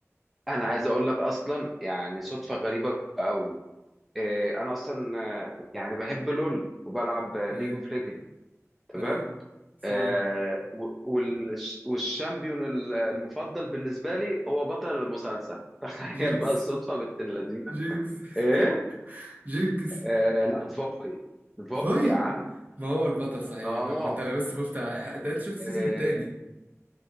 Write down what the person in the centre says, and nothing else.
انا عايز اقول لك اصلا يعني صدفه غريبه قوي إيه انا اصلا آه، يعني بحب لول وبلعب ليج
اوف ليجند تمام
آه، و- والش- والشامبيون ال- المفضل بالنسبة لي هو بطل المسلسل <laughs>
تخيل بقى الصدفة بنت اللذينة
ايه
آه لا فوي فوي
يا عم
اه
آه،